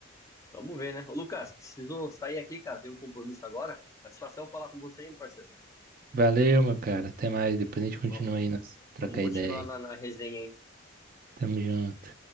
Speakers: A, on the left (about 15°); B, on the right (about 45°).
A: Vamos ver, né? Ô, Lucas, preciso sair aqui, cara. Tenho um compromisso agora. Satisfação falar com você, hein, parceiro?
B: Valeu, meu cara. Até mais. Depois a gente continua
A: Vamos,
B: aí, nós trocar
A: vamos continuar
B: ideia. aí.
A: na, na resenha, hein?
B: Tamo junto.